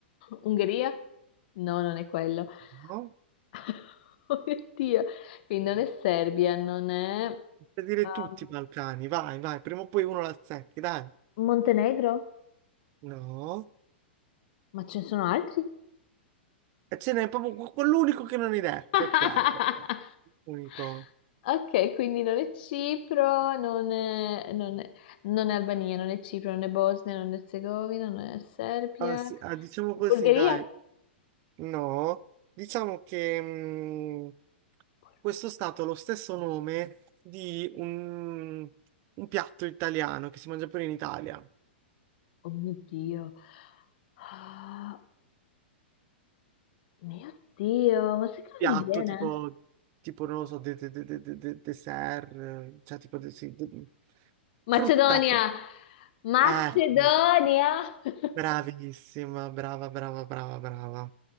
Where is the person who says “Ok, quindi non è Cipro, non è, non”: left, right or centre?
Left